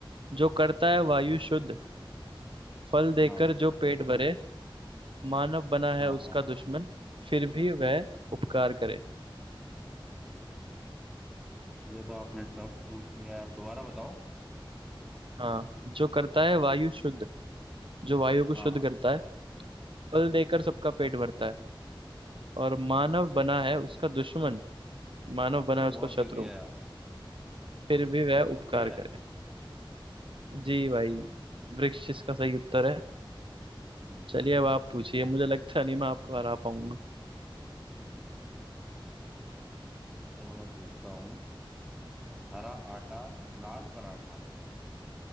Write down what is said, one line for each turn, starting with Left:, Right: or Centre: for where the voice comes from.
Right: जो करता है वायु शुद्ध फल देकर
Centre: हाँ
Right: जो पेट भरे मानव बना है
Centre: हाँ
Right: उसका
Centre: हाँ
Right: दुश्मन फिर भी वह उपकार करे
Centre: ये तो आपने टफ पूछ लिया यार दोबारा बताओ
Right: हाँ जो करता है वायु शुद्ध जो वायु को
Centre: हाँ
Right: शुद्ध
Centre: हाँ
Right: करता है फल देकर सबका पेट भरता है और मानव बना है उसका दुश्मन मानव
Centre: अरे
Right: बना
Centre: ये तो
Right: है उसका
Centre: बहुत
Right: शत्रु
Centre: इजी है यार
Right: फिर भी वह
Centre: ये तो
Right: उपकार
Centre: पेड़ है
Right: करे जी भाई वृक्ष इसका सही उत्तर है
Centre: हम्म।
Right: चलिए अब आप पूछिए मुझे लगता नहीं मैं आपको हरा पाऊंगा
Centre: <laughs> चलो मैं पूछता हूँ हरा आटा लाल पराठा